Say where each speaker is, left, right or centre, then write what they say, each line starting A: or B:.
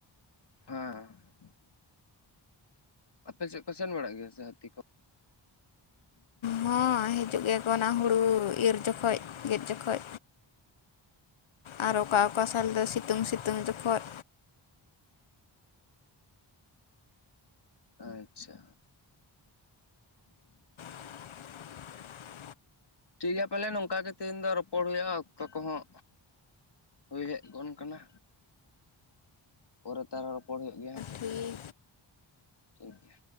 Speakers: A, on the left; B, on the left.
A: <unintelligible> ᱟᱯᱮ ᱥᱮᱫ ᱠᱚ ᱥᱮᱱ ᱵᱟᱲᱟᱜ ᱜᱮᱭᱟ ᱥᱮ ᱦᱟᱹᱛᱤ ᱠᱚ?
B: ᱦᱚᱸ ᱦᱤᱡᱩᱜ ᱜᱮᱠᱚ ᱚᱱᱟ ᱦᱩᱲᱩ ᱤᱨ ᱡᱚᱠᱷᱚᱡ ᱜᱮᱫ ᱡᱚᱠᱷᱚᱡ᱾ ᱟᱨ ᱚᱠᱟ-ᱚᱠᱟ ᱥᱟᱞ ᱫᱚ ᱥᱤᱛᱩᱝ-ᱥᱤᱛᱩᱝ ᱡᱚᱠᱷᱚᱡ᱾
A: ᱟᱪᱪᱷᱟ᱾
B: <inaudible>
A: ᱴᱷᱤᱠ ᱜᱮᱭᱟ ᱯᱟᱞᱮ ᱱᱚᱝᱠᱟ ᱜᱮ ᱛᱮᱦᱤᱧ ᱫᱚ ᱨᱚᱯᱚᱲ ᱦᱩᱭᱩᱜᱼᱟ ᱚᱠᱛᱚ ᱠᱚᱦᱚᱸ᱾ ᱦᱩᱭ ᱦᱮᱡ ᱜᱚᱱ ᱠᱟᱱᱟ᱾ ᱯᱚᱨᱮᱛᱮ ᱟᱨᱦᱚᱸ ᱨᱚᱯᱚᱲ ᱦᱩᱭᱩᱜ ᱜᱮᱭᱟ᱾ ᱦᱮᱸᱥᱮ᱾
B: ᱴᱷᱤᱠ
A: ᱴᱷᱤᱠ ᱜᱮᱭᱟ᱾